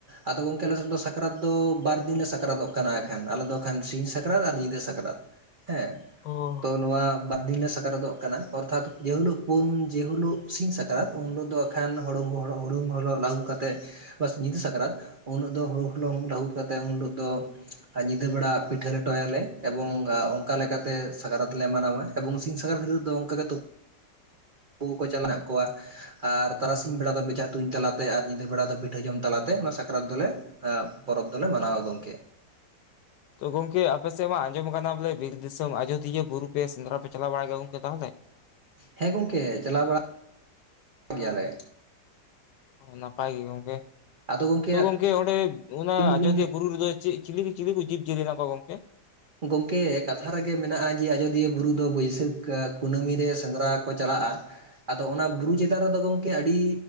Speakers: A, on the right; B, on the left.
A: ᱟᱫᱚ ᱜᱚᱢᱠᱮ ᱟᱞᱮ ᱥᱮᱫ ᱫᱚ ᱥᱟᱠᱨᱟᱛ ᱫᱚ ᱵᱟᱨ ᱫᱤᱱ ᱞᱮ ᱥᱟᱠᱨᱟᱛᱚᱜ ᱠᱟᱱᱟ ᱮᱠᱷᱟᱱ ᱟᱞᱮ ᱫᱚ ᱮᱱᱠᱷᱟᱱ ᱥᱤᱧ ᱥᱟᱠᱨᱟᱛ ᱟᱨ ᱧᱤᱫᱟᱹ ᱥᱟᱠᱨᱟᱛ ᱦᱮᱸ
B: ᱚ
A: ᱛᱚ ᱱᱚᱣᱟ ᱵᱟᱨ ᱫᱤᱱ ᱞᱮ ᱥᱟᱠᱨᱟᱛᱚᱜ ᱠᱟᱱᱟ ᱚᱨᱛᱷᱟᱛ ᱡᱮᱦᱤᱞᱳᱜ ᱩᱢ ᱡᱮᱦᱤᱞᱳᱜ ᱥᱤᱧ ᱥᱟᱠᱨᱟᱛ ᱩᱱ ᱦᱤᱞᱳᱜ ᱫᱚ ᱠᱷᱟᱱ ᱦᱚᱲ ᱦᱩᱲᱩᱜ ᱞᱟᱦᱩᱫ ᱠᱟᱛᱮᱫ ᱵᱟ ᱧᱤᱫᱟᱹ ᱥᱟᱠᱨᱟᱛ ᱩᱱ ᱦᱤᱞᱳᱜ ᱫᱚ ᱦᱩᱲᱩ ᱦᱩᱲᱩᱝ ᱞᱟᱹᱦᱩᱫ ᱠᱟᱛᱮᱫ ᱩᱱ ᱦᱤᱞᱳᱜ ᱫᱚ ᱧᱤᱫᱟᱹ ᱵᱮᱲᱟ ᱯᱤᱴᱷᱟᱹ ᱞᱮᱴᱚ ᱭᱟᱞᱮ ᱮᱵᱚᱝ ᱚᱱᱠᱟ ᱞᱮᱠᱟ ᱛᱮ ᱥᱟᱠᱨᱟᱛ ᱞᱮ ᱢᱟᱱᱟᱣᱟ ᱮᱵᱚᱝ ᱥᱤᱧ ᱥᱟᱠᱨᱟᱛ ᱦᱤᱞᱚᱜ ᱫᱚ ᱜᱮ ᱛᱩᱯ ᱩ ᱠᱚ ᱪᱚ ᱢᱮᱱᱟᱜ ᱠᱚᱣᱟ ᱟᱨ ᱛᱟᱨᱟᱥᱤᱧ ᱵᱮᱲᱟ ᱫᱚ ᱵᱮᱡᱷᱟ ᱛᱩᱧ ᱛᱟᱞᱟ ᱛᱮ ᱟᱨ ᱧᱤᱫᱟᱹ ᱵᱮᱲᱟ ᱫᱚ ᱯᱤᱴᱷᱟᱹ ᱡᱚᱢ ᱛᱟᱞᱟ ᱛᱮ ᱚᱱᱟ ᱥᱟᱠᱨᱟᱛ ᱫᱚᱞᱮ ᱯᱚᱨᱚᱵᱽ ᱫᱚᱞᱮ ᱢᱟᱱᱟᱣᱟ ᱜᱚᱝᱠᱮ
B: ᱛᱚ ᱜᱚᱝᱠᱮ ᱟᱯᱮ ᱥᱮᱫ ᱢᱟ ᱟᱸᱡᱚᱢ ᱠᱟᱱᱟ ᱵᱚᱞᱮ ᱵᱤᱨ ᱫᱤᱥᱚᱢ ᱟᱡᱚᱫᱤᱭᱟᱹ ᱵᱩᱨᱩ ᱯᱮ ᱥᱮᱸᱫᱽᱨᱟ ᱯᱮ ᱪᱟᱞᱟᱣ ᱵᱟᱲᱟᱜ ᱜᱮᱭᱟ ᱜᱚᱝᱠᱮ ᱛᱟᱦᱚᱞᱮ
A: ᱦᱮᱸ ᱜᱚᱝᱠᱮ ᱪᱟᱞᱟᱣ ᱵᱟᱲᱟ ᱜᱮᱭᱟᱞᱮ
B: ᱱᱟᱯᱟᱭ ᱜᱮ ᱜᱚᱢᱠᱮ
A: ᱟᱫᱚ ᱜᱚᱝᱠᱮ
B: ᱛᱚ ᱜᱚᱢᱠᱮ ᱚᱸᱰᱮ ᱚᱱᱟ
A: ᱟᱹᱵᱤᱱ ᱫᱚᱵᱤᱱ
B: ᱟᱡᱚᱫᱤᱭᱟᱹ ᱵᱩᱨᱩ ᱨᱮᱫᱚ ᱪᱤᱞᱤ ᱠᱚ ᱪᱤᱞᱤ ᱠᱚ ᱡᱤᱵᱽ ᱡᱤᱭᱟᱹᱞᱤ ᱢᱮᱱᱟᱜ ᱠᱚᱣᱟ ᱜᱚᱝᱠᱮ
A: ᱜᱚᱢᱠᱮ ᱠᱟᱛᱷᱟ ᱨᱮ ᱜᱮ ᱢᱮᱱᱟᱜᱼᱟ ᱡᱮ ᱟᱡᱳᱫᱤᱭᱟᱹ ᱵᱩᱨᱩ ᱫᱚ ᱵᱟᱹᱭᱥᱟᱹᱠᱷ ᱠᱩᱱᱟᱹᱢᱤ ᱨᱮ ᱥᱮᱸᱫᱽᱨᱟ ᱠᱚ ᱪᱟᱞᱟᱜᱼᱟ ᱟᱫᱚ ᱚᱱᱟ ᱵᱩᱨᱩ ᱪᱮᱛᱟᱱ ᱨᱮᱫᱚ ᱜᱚᱝᱠᱮ ᱟᱹᱰᱤ